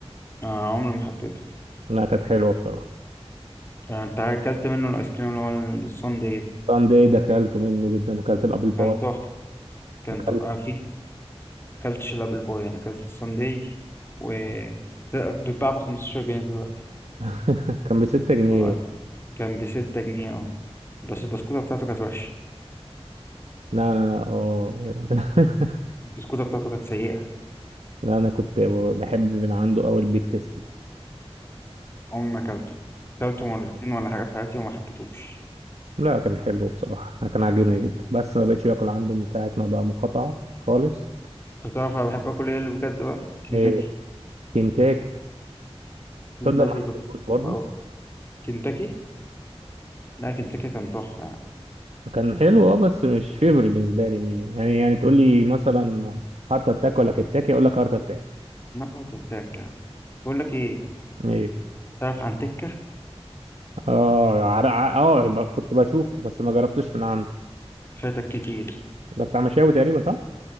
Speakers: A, on the left (about 20°); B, on the right (about 80°).
A: آه عمري ما حبيته
B: انها كانت حلوه بصراحه
A: آه انت اكلت منه الايس كريم اللي هو الساندي ده
B: ساندي ده اكلته منه جدا وكلت الابل باي
A: كان تحفة كان
B: وكلت
A: تحفة آه في اكلتش الابل بوي انا اكلت الساندي و ده بيتباع ب 15 جنيه دلوقتي
B: <laughs> كان ب 6 جنيه
A: والله كان ب 6 جنيه اه بس البسكوتة بتاعته كانت وحشة
B: لا انا اه يعني <laughs>
A: البسكوتة بتاعته كانت سيئة
B: لا انا كنت بحب من عنده قوي البيك تيستي
A: عمري ما اكلته اكلته مرتين ولا حاجه في حياتي وما حبيتهوش
B: لا كان حلو بصراحه كان عاجبني جدا بس ما بقتش باكل عنده من ساعه ما بقى مقاطعه خالص
A: انت تعرف انا بحب اكل ايه اللي بجد بقى كنتاكي
B: ايه كنتاكي
A: كنتاكي
B: تصدق ما حبيتهوش
A: كنت
B: برضه
A: بحبه قوي كنتاكي لا كنتاكي كان تحفه يعني
B: كان حلو اه بس مش فيفورت بالنسبه لي مي- يعني يعني تقول لي مثلا هارت اتاك ولا كنتاكي اقول لك هارت اتاك
A: نفس التاك يعني بقول لك ايه
B: ايه
A: تعرف عن تكه
B: اه عر- ع- اه ب- كنت بشوفه بس ما جربتش من عنده
A: فاتك كتير
B: ده بتاع مشاوي تقريبا صح